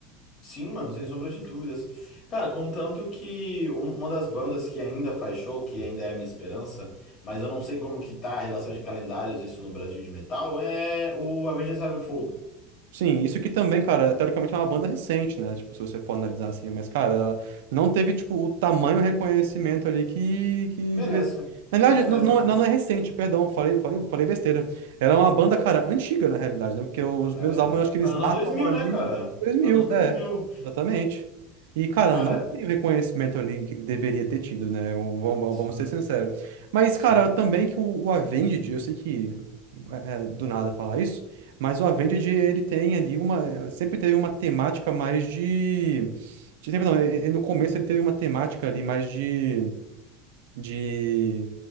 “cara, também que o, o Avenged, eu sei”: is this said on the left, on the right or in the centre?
Right